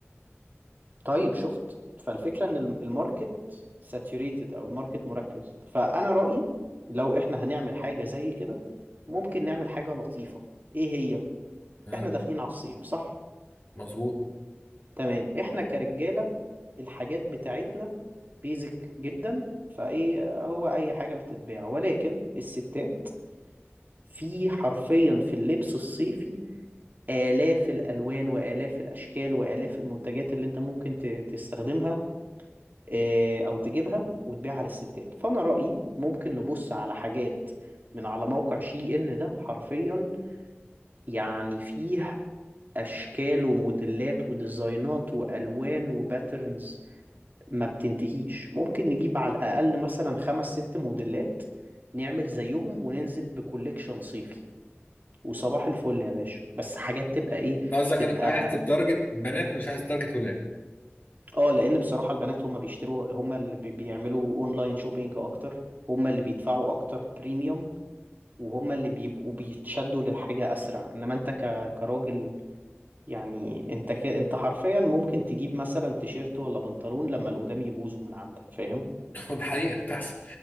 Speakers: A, on the right; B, on the left.
A: طيب شفت فالفكرة ان الم- الماركت ساتوريتد او الماركت مركز فانا رأيي لو احنا هنعمل حاجة زي كده ممكن نعمل حاجة لطيفة ايه هي
B: اه
A: احنا داخلين على الصيف صح
B: مظبوط
A: تمام احنا كرجالة الحاجات بتاعتنا بيزك جدا فايه هو اي حاجة بتتباع ولكن الستات في حرفيا في اللبس الصيفي آلاف الألوان وآلاف الأشكال وآلاف المنتجات اللي أنت ممكن ت- تستخدمها آه، أو تجيبها وتبيعها للستات فأنا رأيي ممكن نبص على حاجات من على موقع شي إن ده حرفيا يعني فيه أشكال وموديلات وديزاينات وألوان وباترنز ما بتنتهيش ممكن نجيب على الأقل مثلا خمس ست موديلات نعمل زيهم وننزل بكوليكشن صيفي وصباح الفل يا باشا بس حاجات تبقى إيه
B: أنت قصدك
A: تبقى
B: ان انت عايز تتارجت بنات مش عايز تتارجت ولاد
A: اه لان بصراحه البنات هم بيشتروا هم اللي بي- بيعملوا اونلاين شوبينج اكتر هم اللي بيدفعوا اكتر بريميوم وهم اللي بيبقوا بيتشدوا للحاجه اسرع انما انت ك... كراجل يعني انت ك... انت حرفيا ممكن تجيب مثلا تيشيرت ولا بنطلون لما اللي قدام يبوظوا من عندك فاهم
B: <laughs> وده حقيقه بتحصل